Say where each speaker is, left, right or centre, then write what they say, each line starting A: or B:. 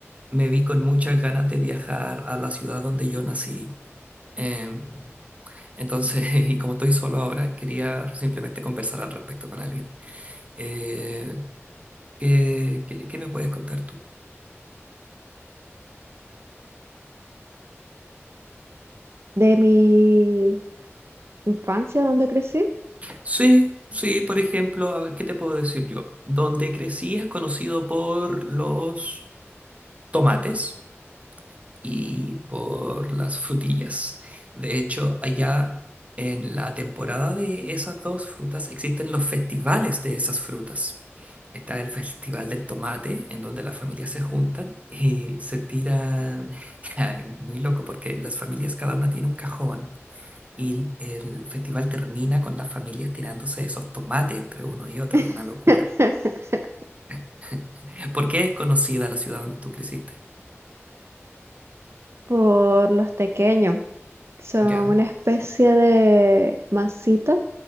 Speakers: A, on the right; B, on the right.
A: me vi con muchas ganas de viajar a la ciudad donde yo nací. Em, Entonces, <laughs> y como estoy solo ahora, quería simplemente conversar al respecto con alguien. Eh, ¿qué, qué- qué me puedes contar tú?
B: ¿De mi infancia, dónde crecí?
A: Sí, sí, por ejemplo, a ver, ¿qué te puedo decir yo? Donde crecí es conocido por los tomates. y por las frutillas. De hecho, allá en la temporada de esas dos frutas existen los festivales de esas frutas. Está el Festival del Tomate, en donde las familias se juntan y se tiran, <laughs> muy loco, porque las familias cada una tiene un cajón y el festival termina con las familias tirándose esos tomates entre uno y otro,
B: <laughs>
A: es una locura. <laughs> ¿Por qué es conocida la ciudad donde tú creciste?
B: Por los tequeños. Son
A: Ya.
B: una especie de masita